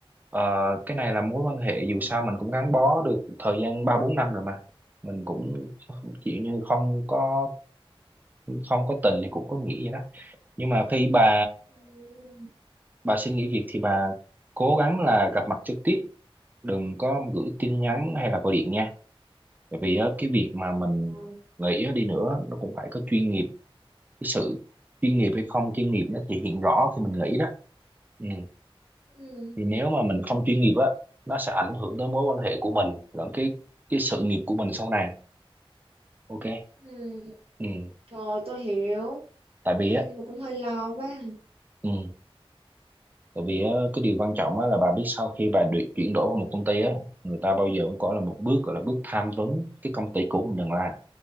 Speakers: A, on the right (about 20°); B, on the right (about 75°).
A: ờ, cái này là mối quan hệ dù sao mình cũng gắn bó được thời gian ba bốn năm rồi mà. Mình cũng kiểu như không có không có tình thì cũng có nghĩa vậy đó. Nhưng mà khi bà
B: Ừ.
A: bà xin nghỉ việc thì bà cố gắng là gặp mặt trực tiếp, đừng có gửi tin nhắn hay là gọi điện nha bởi vì á, cái việc mà mình
B: Ờ.
A: gợi ý đi nữa nó cũng phải có chuyên nghiệp cái sự chuyên nghiệp hay không chuyên nghiệp nó thể hiện rõ khi mình nghĩ đó ừ.
B: Ừ.
A: thì nếu mà mình không chuyên nghiệp á nó sẽ ảnh hưởng tới mối quan hệ của mình lẫn cái cái sự nghiệp của mình sau này ok
B: Ừ.
A: ừ.
B: Rồi tôi hiểu.
A: tại vì
B: À,
A: á
B: nhưng mà cũng hơi lo quá.
A: ừ. tại vì á, cái điều quan trọng á là bà biết sau khi bà được chuyển đổi vào một công ty á người ta bao giờ cũng có là một bước gọi là bước tham vấn cái công ty cũ mình đang làm